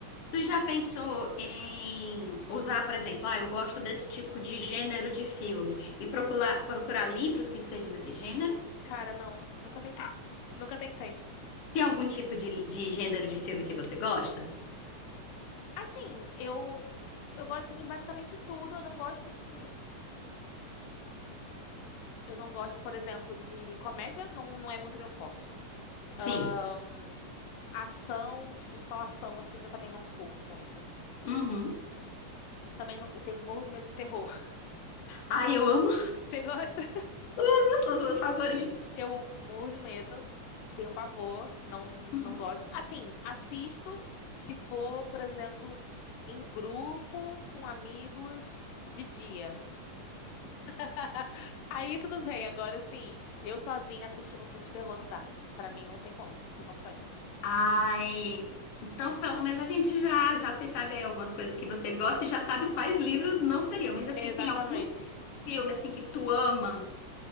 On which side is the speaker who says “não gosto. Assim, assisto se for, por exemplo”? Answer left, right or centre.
Left